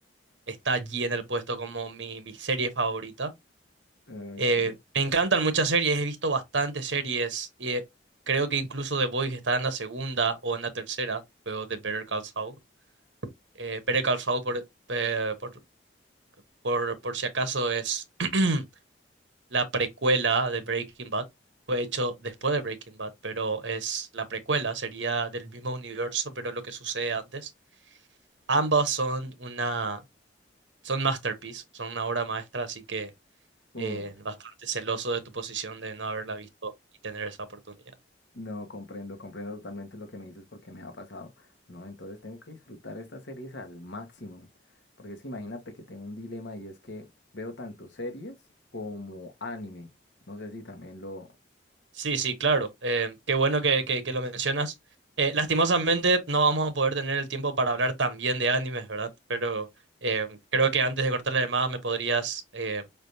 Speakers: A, on the right (about 75°); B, on the left (about 65°).
A: está allí en el puesto como mi, mi serie favorita.
B: Ok.
A: Eh, me encantan muchas series, he visto bastantes series y eh, creo que incluso The Boys está en la segunda o en la tercera, pero de Better Call Saul. Eh, Better Call Saul, por, eh, por, por, por si acaso, es <clears throat> la precuela de Breaking Bad. Fue hecho después de Breaking Bad, pero es la precuela, sería del mismo universo, pero lo que sucede antes. Ambas son una, son masterpiece, son una obra maestra, así que...
B: Uh,
A: eh, bastante celoso de tu posición de no haberla visto y tener esa oportunidad.
B: no comprendo, comprendo totalmente lo que me dices porque me ha pasado. No, entonces tengo que disfrutar estas series al máximo. Porque es que imagínate que tengo un dilema y es que veo tanto series como anime. No sé si también lo...
A: Sí, sí, claro. eh, qué bueno que, que- que lo mencionas. Eh, lastimosamente no vamos a poder tener el tiempo para hablar también de animes, ¿verdad? Pero eh, creo que antes de cortar la llamada me podrías eh,